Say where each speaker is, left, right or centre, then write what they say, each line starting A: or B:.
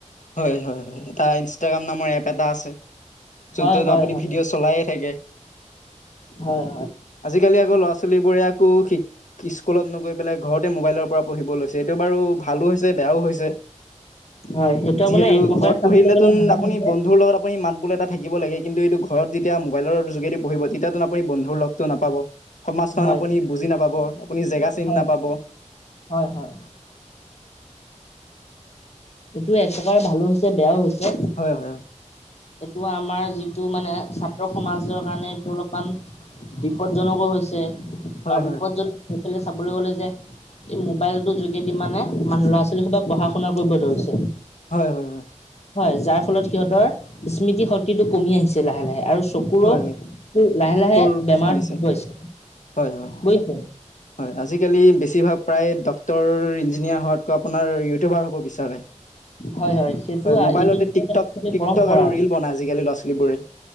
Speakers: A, on the left; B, on the left.
A: হয় হয় হয় এটা ইনষ্টাগ্ৰাম নামৰ এপ এটা আছে
B: হয়
A: যত তত
B: হয়
A: আপুনি
B: হয়
A: ভিডিঅ' চলায়ে থাকে
B: হয় হয়
A: আজিকালি আকৌ ল'ৰা ছোৱালী বোৰে একো শিক স্কুলত নগৈ পেলাই ঘৰতে মোবাইলৰ পৰা পঢ়িব লৈছে এইটো বাৰু ভাল ভালো হৈছে বেয়াও হৈছে
B: হয় সেইটো
A: যিহেতু
B: আপোনাৰ এক প্ৰকাৰ
A: ঘৰত
B: চাবলৈ
A: পঢ়িলেতোোন
B: গ'লে ভাল
A: আপুনি
B: হৈছে
A: বন্ধুৰ লগত আপুনি মাত বোলে এটা থাকিব লাগে কিন্তু এইটো ঘৰত যেতিয়া মোবাইলৰ যোগেদি পঢ়িব তেতিয়াতো আপুনি বন্ধুৰ লগটো নাপাব সমাজখন
B: হয়
A: আপুনি বুজি নাপাব আপুনি জেগা চিনি
B: হয়
A: নাপাব।
B: হয় হয় এইটো এক প্ৰকাৰ ভালো হৈছে বেয়াও হৈছে
A: হয় হয়।
B: এইটো আমাৰ যিটো মানে ছাত্ৰ সমাজৰ কাৰণে এইটো অলপমান বিপদজনকো হৈছে আৰু
A: হয় হয় হয়।
B: বিপদজন কেলে চাবলৈ গ'লে যে এই মোবাইলটোৰ যোগেদি মানে মানুহ ল'ৰা ছোৱালী সোপায়ে পঢ়া শুনা কৰিব ধৰিছে
A: হয় হয় হয়
B: হয় যাৰ ফলত সিহঁতৰ স্মৃতি শক্তিটো কমি আহিছে লাহে লাহে আৰু চকুৰ
A: হয় হয়
B: লাহে
A: স্কৰ
B: লাহে বেমাৰ
A: হৈছে
B: গৈছে
A: হয় হয়
B: বুজিছে
A: হয় আজিকালি বেছিভাগ প্ৰায় ইঞ্জিনিয়াৰ হোৱাতকৈ আপোনাৰ ইউটিউবাৰ হ'ব বিচাৰে
B: হয় সেইটো
A: হয়
B: আ-
A: মোবাইলতে
B: এইটো যুগত
A: টিকটক
B: একচুৱেলি
A: টিকটক
B: পৰম্পৰা
A: আৰু ৰিল বনাায় আজিকালি ল'ৰা ছোৱালীবোৰে